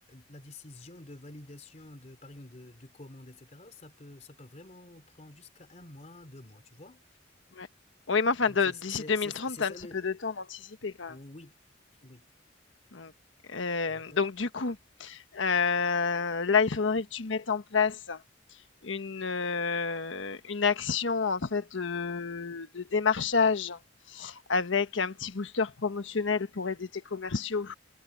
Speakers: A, on the left; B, on the left.
A: la décision de validation de, par exemple, de, de commande, etc., ça peut, ça peut vraiment prendre jusqu'à un mois, deux mois, tu vois.
B: ouais. Oui, mais enfin
A: Donc,
B: de
A: c'est,
B: d'ici
A: c'est,
B: 2030,
A: c'est, ça- c'est
B: tu
A: ça
B: as un petit
A: le...
B: peu de temps d'anticiper quand
A: Oui,
B: même.
A: oui,
B: Donc, hem,
A: d'accord.
B: donc du coup, heu, là, il faudrait que tu mettes en place une, heu, une action en fait de de démarchage avec un petit booster promotionnel pour aider tes commerciaux.